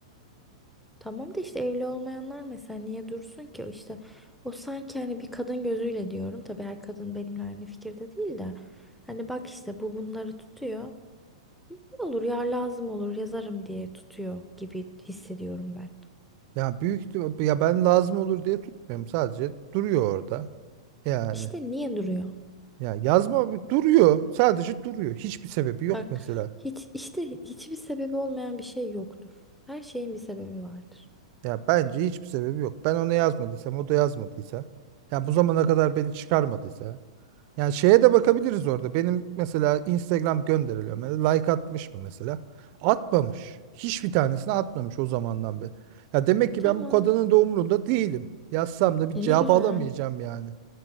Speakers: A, in the centre; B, on the right (about 45°).
A: Tamam da işte evli olmayanlar mesela niye dursun ki? İşte o sanki hani bir kadın gözüyle diyorum. Tabii her kadın benimle aynı fikirde değil de. Hani bak işte bu bunları tutuyor. Ne olur ya lazım olur yazarım diye tutuyor gibi hissediyorum ben.
B: Ya büyük ihtim- ya ben lazım olur diye tutmuyorum sadece duruyor orada. Yani
A: İşte niye duruyor?
B: ya yazma duruyor sadece duruyor. Hiçbir sebebi yok
A: Bak
B: mesela.
A: hiç işte hiçbir sebebi olmayan bir şey yoktur. Her şeyin bir sebebi vardır.
B: Ya bence hiçbir sebebi yok. Ben ona yazmadıysam, o da yazmadıysa, ya bu zamana kadar beni çıkarmadıysa. Yani şeye de bakabiliriz orada. Benim mesela Instagram gönderilerime like atmış mı mesela? Atmamış. Hiçbir tanesini atmamış o zamandan beri. Ya demek
A: E tamam.
B: ki ben bu kadının da umurunda değilim. Yazsam da bir
A: E
B: cevap
A: ne güzel.
B: alamayacağım yani.